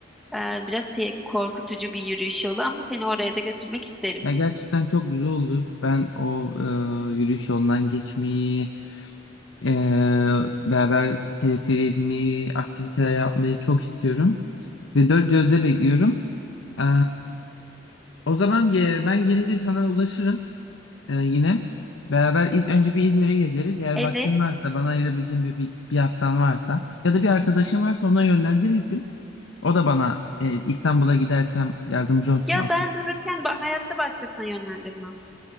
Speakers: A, in the centre; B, on the left.
A: Ee, biraz te- korkutucu bir yürüyüş yolu ama seni oraya da götürmek isterim.
B: ya gerçekten çok güzel olur. Ben o e, yürüyüş yolundan geçmeyi, e, beraber teleferimi, aktiviteler yapmayı çok istiyorum. Ve dört gözle bekliyorum. Ee, o zaman ge- ben gelince sana ulaşırım ee, yine. Beraber İz- önce bir İzmir'e gezeriz. Eğer
A: Evet.
B: vaktin varsa bana ayırabileceğin bir, bir, bir haftan varsa ya da bir arkadaşın varsa ona yönlendirirsin. O da bana e, İstanbul'a gidersem yardımcı olsun
A: Ya
B: Asya.
A: ben dururken ba- hayatta başkasına yönlendirmem.